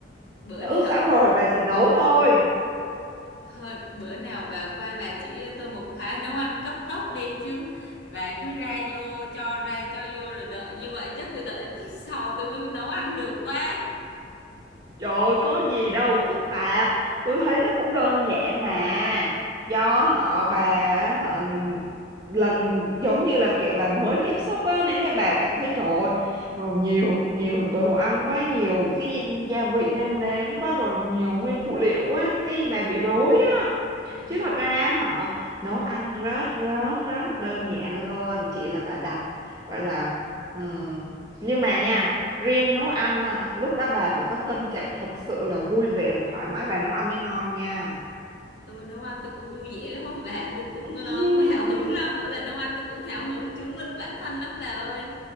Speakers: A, on the left; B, on the right.
A: bữa
B: nó
A: nào
B: ướp sẵn rồi bà chỉ nấu thôi
A: thôi bữa nào bà qua bà chỉ cho tôi một khóa nấu ăn cấp tốc đi chứ bà cứ ra vô cho ra cho vô rồi đợi như vậy chắc tôi đợi đến kiếp sau tôi mới nấu ăn được quá
B: Trời ơi, có gì đâu phức tạp Tôi thấy nó cũng đơn giản mà Do họ bà họ lần giống như là kiểu bà mới tiếp xúc á Nên thế bà cảm thấy trời ơi, ờ, nhiều nhiều đồ ăn quá Nhiều cái gia vị nêm nếm quá Rồi nhiều nguyên phụ liệu quá Cái bà bị rối á
A: ừ
B: chứ thật ra họ nấu ăn rất rất rất đơn giản luôn chỉ là bà đặt gọi là ừm, nhưng mà nha riêng nấu ăn á, lúc đó bà phải có tâm trạng thật sự là vui vẻ và thoải mái bà nấu ăn mới ngon nha
A: tôi nấu ăn tôi cũng vui vẻ lắm á bà tôi cũng
B: <laughs>
A: ờ, <laughs> hào hứng lắm mỗi lần nấu ăn tôi cũng hào hứng chứng minh bản thân lắm bà ơi